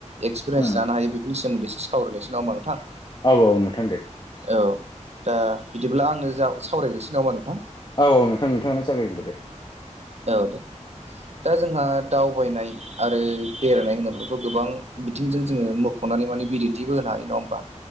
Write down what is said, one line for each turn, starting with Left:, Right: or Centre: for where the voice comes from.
Right: एक्सपिरियेन्स
Left: उम
Right: लानो हायो बेफोरनि सोमोन्दै सो सावरायलायसै नामा नोंथां
Left: औ औ नोंथां दे
Right: औ दा बिदिब्ला आंनो जा सावरायग्रोसै नामा नोंथां
Left: औ औ नोंथां नोंथाङानो जागायदो दे
Right: औ दे दा जोंहा दावबायनाय आरो बेरायनाय होनोब्लाथ' गोबां बिथिंजों जोङो मख'नाय माने बिदिन्थिबो होनो हायो नङा होमबा